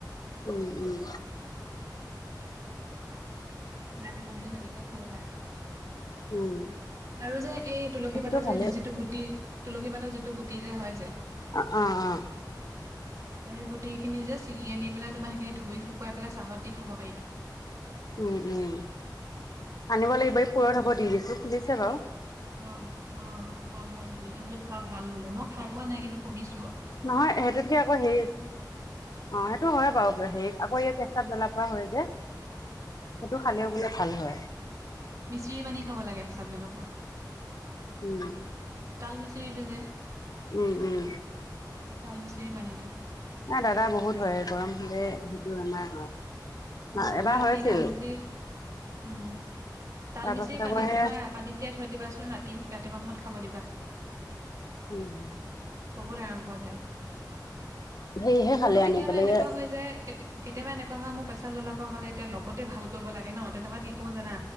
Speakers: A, on the left (about 55°); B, on the right (about 45°).
A: উম, উম,
B: কমিলি <unintelligible>
A: উম
B: আৰু যে এই তুলসী
A: সেইটো
B: পাতৰ যে
A: ভালেই
B: যিটো গুটি তুলসী পাতৰ যিটো গুটি যে হয় যে।
A: অ', অ', অ',
B: এই গোটেই খিনি যে ছিঙি আনি পেলাই তোমাৰ সেইখিনি ধুই শুকুৱাই পেলাই চাহত দি খাব পাৰিতো।
A: উম, উম, আনিব
B: ভাল
A: লাগিব এই
B: খোৱা
A: পুৰঠ হ'ব দি দিছো খুজছে বাৰু।
B: অ অ ভাল হয় তেনেকে বোলে খোৱা ভাল বোলে মই খাই পোৱা নাই কিন্তু শুনিছোঁ।
A: নহয় সেইটোত আকৌ সে অ' সেইটো হয় বাৰু সে আকৌ ইয়াত পেচাব জ্বলা কোৱা হয় যে, সেইটো খালেও বোলে ভাল হয়।
B: মিস্ত্ৰী পানী খাব লাগে পেচাব জ্বলাপুৰাত।
A: উম
B: তাল মিচৰিটো যে।
A: উম উম।
B: তাল মিচিৰি পানীটো।
A: না দাদা বহুত শুৱে, গৰম হলে সেইটো বেমাৰ হয়।
B: অ',
A: এবাৰ
B: ৰাতি
A: হৈছিল
B: তালমিচৰি উম, তালমিচৰি
A: তাৰ পাছত
B: পানীত
A: আকৌ সেয়া
B: তোমাৰ পানীত তিয়াই থৈ দিবাচোন ৰাতি ৰাতিপুৱা সময়ত খাব দিবা।
A: উম,
B: বহুত আৰাম পোৱা যায়
A: হেৰিহে
B: মোৰতো
A: খালে
B: কেতিয়াবা
A: আনি পেলাই
B: এনেকুৱা
A: ইয়া
B: হয় যে কেতিয়াবা এনেকুৱা হয় মোৰ পেচাব জ্বলাপুৰা হ'লে এতিয়া লগতে ভাল কৰিব লাগে ন' তেনেকুৱাত কি কৰো জানা